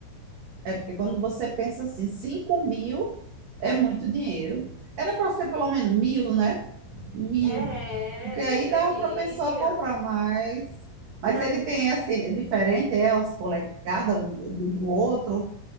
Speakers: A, on the right; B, on the left.
A: É porque quando você pensa assim, 5 mil é muito dinheiro. Era para ser pelo menos mil, né? Mil.
B: É,
A: Porque
B: deveria.
A: aí dava para a pessoa comprar mais. Mas
B: Tá
A: ele
B: muito.
A: tem assim, é diferente, é as polegadas um do, do outro.